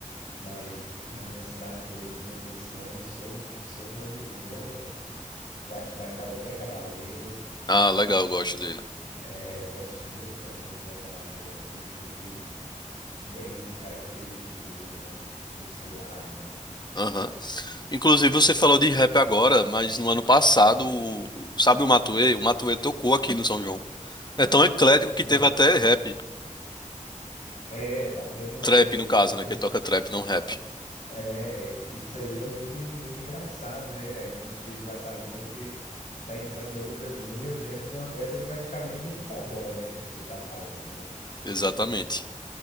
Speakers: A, on the left (about 80°); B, on the left (about 30°).
A: Mas na minha cidade, por exemplo, esse ano, se eu, se eu não me engano, eu acho que vai estar o Zé Cabaleiro.
B: Ah, legal, eu gosto dele.
A: É, eu gosto muito também do Zé Cabaleiro, é um ritmo que bem característico dele, né? Misturado, né?
B: Aham. Inclusive, você falou de rap agora, mas no ano passado, o- sabe o Matuê? O Matuê tocou aqui no São João. É tão eclético que
A: Hã.
B: teve até rap.
A: É, tá tendo
B: Trap,
A: eh,
B: no caso,
A: tá
B: né?
A: tendo
B: Que ele toca trap, não rap.
A: é, isso aí é muito en muito engraçado, né, a gente já tá vendo que tá entrando outras linhas dentro de uma festa que praticamente é de forró, né, você tá falando, né.
B: Exatamente.